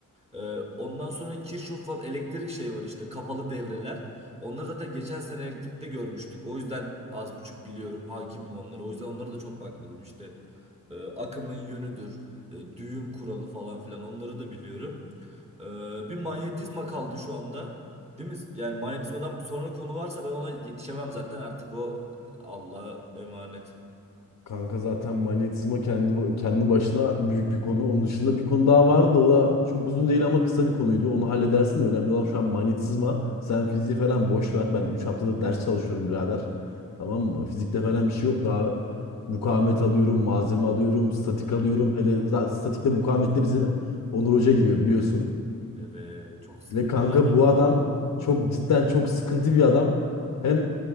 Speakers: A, on the right (about 20°); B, on the left (about 65°).
A: Ee, ondan sonra Kirchhoff falan elektrik şey var işte kapalı devreler. Onları zaten geçen sene elektrikte görmüştük. O yüzden az buçuk biliyorum, hakimim onlara. O yüzden onlara da çok bakmadım işte. Ee, akımın yönüdür, e, düğüm kuralı falan filan onları da biliyorum. Ee, bir manyetizma kaldı şu anda. Değil mi? Yani manyetizmadan sonra konu varsa ben ona yetişemem zaten. Artık o Allah'a emanet.
B: Kanka zaten manyetizma kendi kendi başına büyük bir konu. Onun dışında bir konu daha vardı. O da çok uzun değil ama kısa bir konuydu. Onu halledersin de önemli olan şu an manyetizma. Sen fiziği falan boş ver. Ben 3 haftadır ders çalışıyorum birader. Tamam mı? Fizikte falan bir şey yok. Daha mukavemet alıyorum, malzeme alıyorum, statik alıyorum. Hele za- statikte mukavemette bizim Onur Hoca giriyor biliyorsun.
A: Evet, çok sıkıntı
B: Ve kanka
A: o adam.
B: bu adam çok cidden çok sıkıntı bir adam. Hem